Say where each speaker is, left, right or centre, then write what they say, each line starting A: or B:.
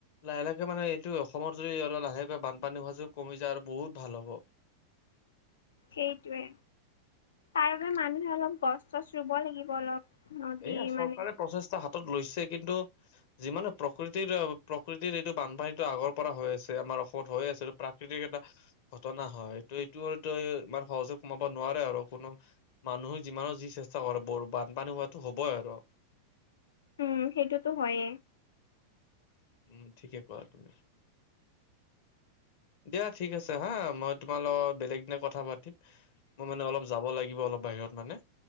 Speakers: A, on the left; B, on the left.
A: লাহে লাহকে মানে এইটো অসমত যদি আৰু লাহেকে বানপানী হোৱাযোগ কমি যায় আৰু বহুত ভাল হব।
B: সেইটোৱে তাৰ বাবে মানুহে অলপ গছ চছ ৰুব লাগিব অলপ। নদী
A: এইয়া চৰকাৰে
B: মানে
A: প্ৰচেষ্টা হাতত লৈছে কিন্তু যিমানে প্ৰকৃতিৰ প্ৰকৃতিৰ এইটো বানপানীটো আগৰ পৰা হৈ আছে আমাৰ অসমত হৈ আছে। প্ৰাকৃতিক এটা ঘটনা হয় ত এইটোতো ইাৰ সহযোগ কমাব নোৱাৰে আৰু কোনো মানুহৰ যিমানৰ যি চেষ্টা কৰে বৰ বানপানী হোৱাতো হ'বই আৰু।
B: উম, সেইটোতো হয়েই।
A: উম, ঠিকে কৰা তুমি। দিয়া ঠিক আছে হা মই তোমাৰ লগত বেলেগ দিনা কথা পাতিম। মই মানে অলপ যাব লাগিব অলপ বাহিৰত মানে।